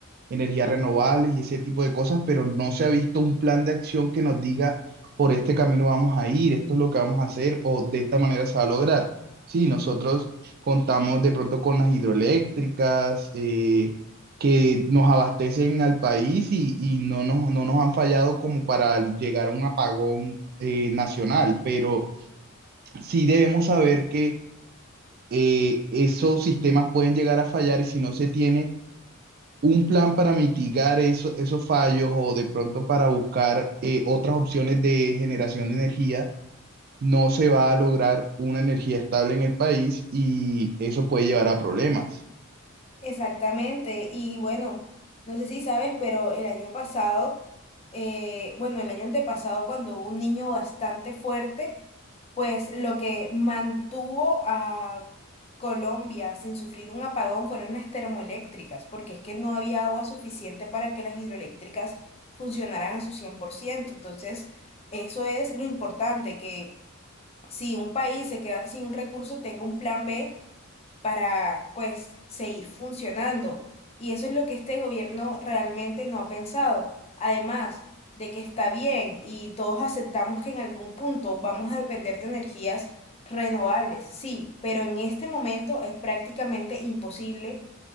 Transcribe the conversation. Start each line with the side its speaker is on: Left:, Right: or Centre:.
Right: energías renovables y ese tipo de cosas, pero no se ha visto un plan de acción que nos diga por este camino vamos a ir, esto es lo que vamos a hacer o de esta manera se va a lograr. Sí, nosotros contamos de pronto con las hidroeléctricas eh, que nos abastecen al país y, y no nos, no nos han fallado como para llegar a un apagón eh, nacional, pero sí debemos saber que eh, esos sistemas pueden llegar a fallar y si no se tiene un plan para mitigar eso- esos fallos o de pronto para buscar eh, otras opciones de generación de energía, no se va a lograr una energía estable en el país y eso puede llevar a problemas.
Left: Exactamente. Y bueno, no sé si sabes, pero el año pasado, eh, bueno, el año antepasado, cuando hubo un niño bastante fuerte, pues lo que mantuvo a Colombia sin sufrir un apagón fueron las termoeléctricas, porque es que no había agua suficiente para que las hidroeléctricas funcionaran a su cien por ciento Entonces, eso es lo importante, que si un país se queda sin un recurso, tenga un plan B para, pues, seguir funcionando. Y eso es lo que este gobierno realmente no ha pensado. Además de que está bien y todos aceptamos que en algún punto vamos a depender de energías renovables, sí, pero en este momento es prácticamente imposible